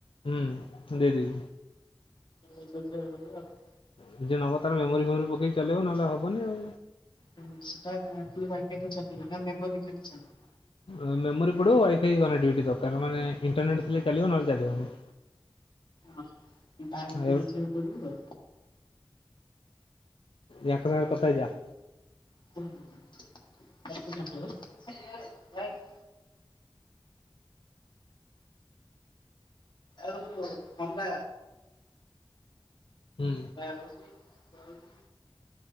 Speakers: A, on the left; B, on the left.
A: ହୁଁ ଦେଇଦେବି।
B: <unintelligible>
A: ଯିଏ ନବ ତାର ମେମୋରି ଫେମୋରି ପକେଇ ଚଲେଇବ ନଏଲେ ହବନି ଆଉ।
B: ହୁଁ ସେଟା ଖାଲି ୱାଇ ଫାଇରେ ଚାଲିବ ନା ମେମୋରି ଖାଲି ଚାଲିବ?
A: ଆ ମେମୋରି ପଡିବ ୱାଇଫାଇ କନେକ୍ଟିଭିଟି ଦକାର ମାନେ ଇଣ୍ଟରନେଟ୍ ଥିଲେ ଚାଲିବ ନହେଲେ ଚାଲିବନି।
B: ହଁ <unintelligible>
A: ଆଉ
B: ଇଏ କରିବୁ ଆଉ।
A: ୟାଙ୍କ ନାଁରେ କଥା ହେଇଯା।
B: <unintelligible> ଆଉ ଥଣ୍ଡା
A: ହୁଁ
B: ବାହାରୁଚି। ଯାଉଚି।